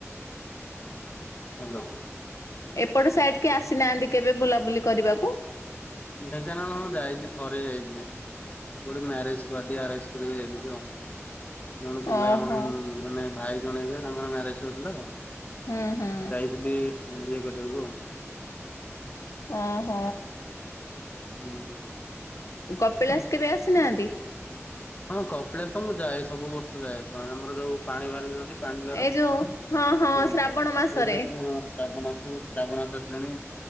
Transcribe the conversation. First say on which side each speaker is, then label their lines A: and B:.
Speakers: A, on the left; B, on the left.
A: ହଲୋ।
B: ଏପଟ ସାଇଡି କି ଆସିନାହାନ୍ତି କେବେ ବୁଲାବୁଲି କରିବାକୁ?
A: ଢେଙ୍କାନାଳ ହଁ ଯାଇଛି ଥରେ ଯାଇଛି। ଗୋଟେ ମ୍ୟାରେଜ ପାର୍ଟି ଆରେଜ କରିବାକୁ ଯାଇଥିଲି ଆଉ। ଜଣେ ଥିଲା
B: ଓହୋ
A: ଜଣେ ମାନେ ଭାଇ ଜଣେହେବେ ତାଙ୍କର ମ୍ୟାରେଜ ସରିଥିଲା ତ
B: ହୁଁ ହୁଁ
A: ଯାଇଥିଲି ଏଞ୍ଜୟ୍ କରିବାକୁ ଆଉ।
B: ଅ ହ
A: ହୁଁ।
B: କପିଳାସ କେବେ ଆସିନାହାନ୍ତି?
A: ହଁ କପିଳାସ ତ ମୁ ଯାଏ। ସବୁ ବର୍ଷ ଯାଏ। ପାଣ ଆମର ଯୋଉ ପାଣି ଭାର ନିଅନ୍ତି। ପାଣି ଭାର
B: ଏଇ ଯୋଉ ହଁ ହଁ
A: ତ
B: ଶ୍ରାବଣ ମାସରେ
A: ଏବେ ଶ୍ରାବନ ଆସି ଶ୍ରାବଣ ଆସି ଆସିଲାଣି।